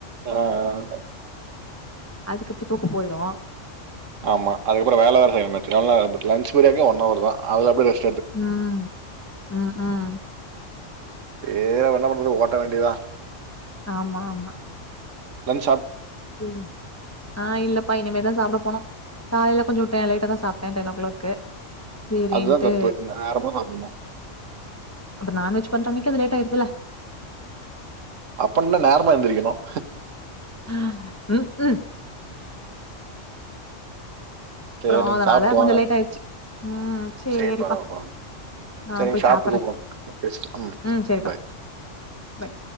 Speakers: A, on the right (about 80°); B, on the left (about 20°).
A: ஆஹ்,
B: அதுக்கப்புறம் தூக்கம் போயிரும்
A: ஆமா அதுக்கப்புறம் வேலை செய்யணும் லன்சு பிரேக்கே ஒன் ஹவர் தான் அது அடி
B: உஹம் உஹம் உஹம்
A: வேற வேன்னா பண்ணுறது ஓட்ட வேண்டியதான்
B: ஆமா ஆமா
A: நம்
B: ச ஆஹ் இல்லப்பா இனிமேதான் சாப்பிட போனோம் காலையில கொஞ்சம் விட்டேன் லைட்டா தான் சாப்பிட்டேன் டென் ஓ கிளாக் செரின்ட்டு
A: அதுதான் தப்பு நேரமா சாப்பிடணும்
B: அப்பற நான்வெஜ் சமைக்குறது அது லேட் ஆயிருதுல
A: அப்ப என்ன நேரமா எழுந்திரக்கணும்
B: ஹ உம் உம் அப்புறம்
A: சரி நீங்க
B: அதனால
A: சாப்ட்டு
B: கொஞ்சம்
A: வாங்க
B: லேட் ஆயிருச்சு உம் சரிப்பா
A: சரி பரவா பரவா
B: நான்
A: சரி நீங்க
B: போய்
A: சாப்ட்டு
B: சாப்பறேன்
A: கூப்புடுங்க ம்
B: உம் சரிப்பா
A: பாய்
B: ப